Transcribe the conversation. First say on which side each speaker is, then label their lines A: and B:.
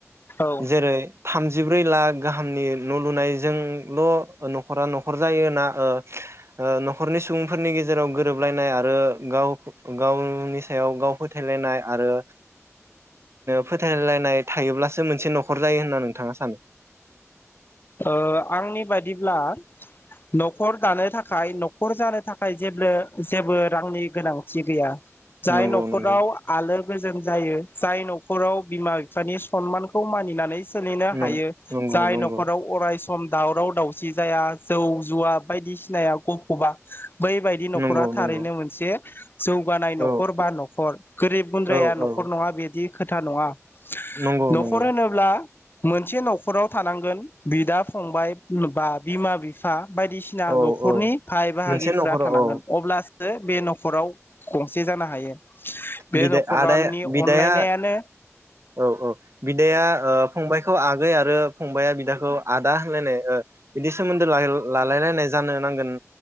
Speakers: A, on the left; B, on the right.
A: औ
B: जेरै थामजिब्रै लाख गाहामनि न' लुनायजोंल' नखरा नखर जायो ना ओ ओ नखरनि सुबुंफोरनि गेजेराव गोरोबलायनाय आरो गाव गावनि सायाव गाव फोथायलायनाय आरो फोथायलायनाय थायोब्लासो मोनसे नखर जायो होनना थाङा सानो?
A: ओ आंनि बादिब्ला नखर दानो थाखाय नखर जानो थाखाय जेबो जेबो रांनि गोनांथि गैया। जाय
B: नंगौ
A: नखराव
B: नंगौ
A: आलो गोजोन जायो। जाय नखराव बिमा बिफानि सनमानखौ मानिनानै सोलिनो
B: नं
A: हायो
B: नंगौ
A: जाय
B: नंगौ
A: नखर फोराव अराय सम दावराव दावसि जाया जौ जुवा बायदिसिनाया गफबा बै बादि नखरा
B: नंगौ
A: थारैनो
B: नंगौ
A: मोनसे जौगानाय नखर
B: औ
A: बा नखर गोरिब गुन्द्राया
B: औ
A: नखर
B: औ
A: नंङा बिदि खोथा नंङा
B: नंगौ
A: नखर
B: नंगौ
A: होनोब्ला मोनसे नखराव थानांगोन बिदा, फंबाय बा बिमा, बिफा बायदिसिना
B: औ
A: नखरनि
B: औ
A: बाहाय बाहागिफ्रा
B: मोनसे न'खराव
A: थानांगोन
B: औ
A: अब्लासो बे नखराव गंसे जानो हायो। बे
B: बिद
A: न'खरनि
B: आदाया बिदाया
A: अनलायनायानो
B: औ औ बिदाया ओ फंबायखौ आगै आरो फंबाया बिदाखौ आदा होलायनाय ओ बिदि सोमोन्दो लालाय लायनाय जानो नांगोन